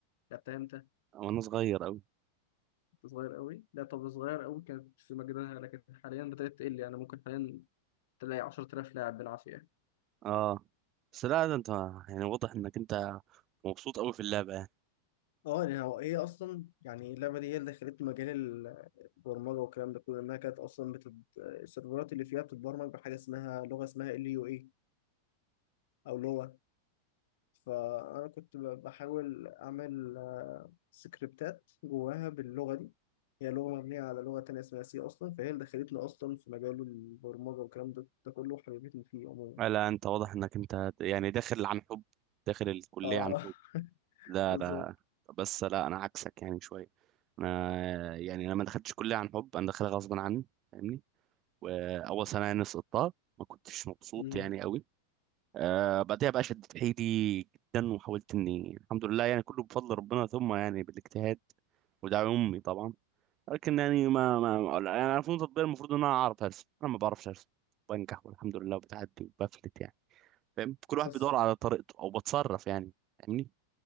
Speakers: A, on the left; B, on the right.
A: لعبتها امتى؟
B: وانا صغير اوي
A: كنت صغير قوي لا طب صغير قوي كانت في مجدها لكن حاليا بدأت تقل يعني ممكن حاليا تلاقي 10000 لاعب بالعافية
B: اه بس لا ده انت يعني واضح انك انت مبسوط اوي في اللعبة يعني
A: اه يعني هو ايه اصلا يعني اللعبه دي هي اللي خلت مجال ال- البرمجه والكلام ده كله انها كانت اصلا بتت... السيرفرات اللي فيها بتتبرمج بحاجه اسمها لغه اسمها ال يو اي او لغه فانا كنت ب- بحاول اعمل آه، سكريبتات جواها باللغه دي هي لغه مبنيه على لغه تانية اسمها سي اصلا فهي اللي دخلتنا اصلا في مجال البرمجه والكلام ده, ده كله وحبيبتني فيه عموما
B: لا انت واضح انك انت يعني داخل عن حب داخل الكلية
A: اه
B: عن
A: <laughs>
B: حب لا
A: بالظبط
B: لا بس لا انا عكسك يعني شوية انا يعني انا ما دخلتش كلية عن حب انا داخلها غصب عني فاهمني واول سنة يعني سقطتها ما كنتش مبسوط
A: مم.
B: يعني قوي آه بعدها بقى شدت حيلي جدا وحاولت اني الحمد لله يعني كله بفضل ربنا ثم يعني بالاجتهاد ودعم امي طبعا لكن يعني ما ما يعني انا فنون تطبيقيه المفروض ان انا اعرف ارسم انا ما بعرفش ارسم بنجح والحمد لله وبتعدي وبفلت يعني فاهم كل واحد
A: بس
B: بيدور على طريقته او بتصرف يعني فاهمني